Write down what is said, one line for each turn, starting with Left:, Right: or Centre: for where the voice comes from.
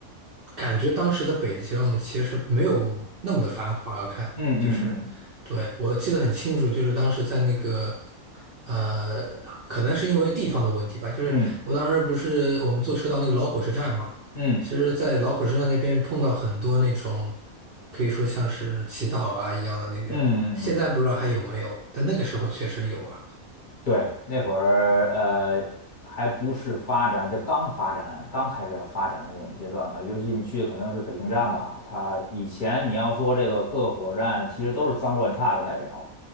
Right: 感觉当时的北京其实没有那么的繁华。我看就是，
Left: 嗯嗯
Right: 对，我记得很清楚，就是当时在那个呃，可能是因为地方的问题吧，就是我当时不是我们坐车到那个老火车站嘛，
Left: 嗯嗯嗯
Right: 其实，在老火车站那边碰到很多那种可以说像是乞讨啊一样的那个，
Left: 嗯嗯嗯嗯。
Right: 现在不知道还有没有，
Left: 嗯
Right: 但那个时候确实有啊。
Left: 对，那会儿呃还不是发展，就刚发展，刚开始要发展的那种阶段吧。尤其你去的可能是北京站吧，它以前你要说这个各个火车站其实都是脏乱差的代表，